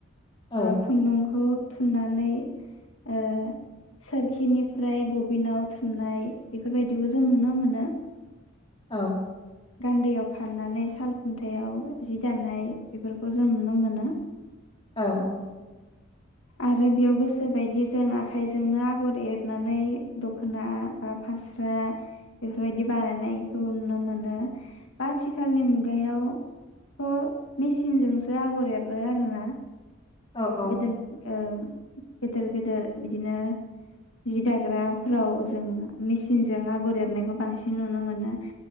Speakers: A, on the left (about 25°); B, on the left (about 75°).
A: औ
B: अ खुन्दुं खौ थुननानै ओ सोरखिनिफ्राय बबिनाव थुननाय बेफोरबायदिखौ जों नुनो मोनो।
A: औ।
B: गान्दैयाव फाननानै साल खुन्थायाइाव जि दानाय बेफोरखौ जों नुनो मोनो
A: औ औ।
B: आरो बेयाव गोसो बायदि जों आखाइजोंनो आगर एरनानै दखना बा फास्रा बेफोरबायदि बानायनायखौ नुनो मोनो। दा आथिखालनि मुगायाव थ' मेसिनजोंसो आगर एरो आरोना।
A: औ औ
B: गोदोन ओ गेदेर गेदेर बिदिनो जि दाग्राफोराव जों मेसिनजों आगर एरनायखौ बांसिन नुनो मोनो।